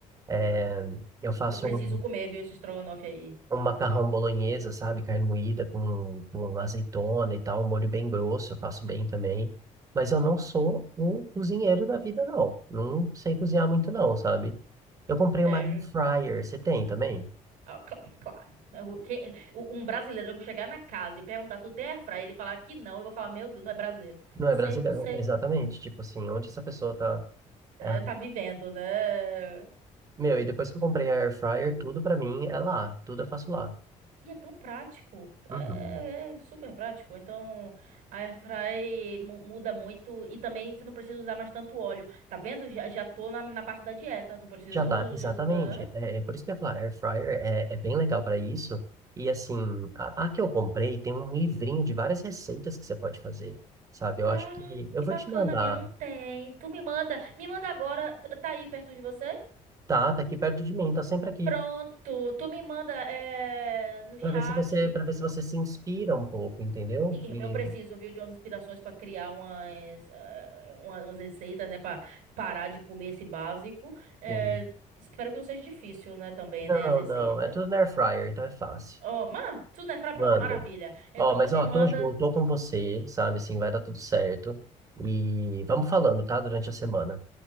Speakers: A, on the right; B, on the right.
A: é, eu faço
B: Eu preciso
A: um
B: comer, viu, esse estrogonofe aí.
A: um macarrão bolonhesa, sabe? Carne moída com, com azeitona e tal, um molho bem grosso, eu faço bem também. Mas eu não sou o cozinheiro da vida, não. Não sei cozinhar muito, não, sabe? Eu comprei
B: É,
A: uma air fryer, você tem também?
B: Ah, cl- claro. O- quem- o- um brasileiro que eu chegar na casa e perguntar, tu tem airfryer? Ele falar que não, eu vou falar, meu Deus, não é brasileiro.
A: Não
B: Não
A: é
B: sei,
A: brasileiro,
B: não sei.
A: exatamente. Tipo assim, onde essa pessoa tá.
B: É,
A: é,
B: tá vivendo, né?
A: Meu, e depois que eu comprei a air fryer, tudo pra mim é lá. Tudo eu faço lá.
B: E é tão prático, é,
A: Uhum.
B: é é super prático. Então, a airfry mu- muda muito e também você não precisa usar mais tanto óleo. Tá vendo? Já, já tô na, na parte da dieta, não preciso
A: Já tá, exatamente.
B: de usar.
A: É, é por isso que eu ia falar, Air Fryer é, é bem legal para isso. E assim, a, a que eu comprei tem um livrinho de várias receitas que você pode fazer, sabe?
B: Cara,
A: Eu acho que eu
B: que
A: vou
B: bacana,
A: te mandar.
B: a minha não tem. Tu me manda, me manda agora, t- tá aí perto de você?
A: Tá, tá aqui perto de mim, tá sempre aqui,
B: Pronto, tu me manda é, no chat
A: para ver se você, para ver se você se inspira um pouco, entendeu?
B: Sim,
A: E,
B: eu preciso, viu, de umas inspirações para criar umas, eh, uma- umas receitas, né, para parar de comer esse básico. Eh,
A: sim.
B: espero que não seja difícil, né, também,
A: Não,
B: né, as receitas.
A: não, é tudo na Air Fryer, então é fácil.
B: Ó, ma, tudo né, fra, pronto,
A: Mando.
B: maravilha. Então
A: Ó, mas
B: tu me
A: ó,
B: manda,
A: tô junto, tô com você, sabe? Assim, vai dar tudo certo. E vamos falando, tá? Durante a semana.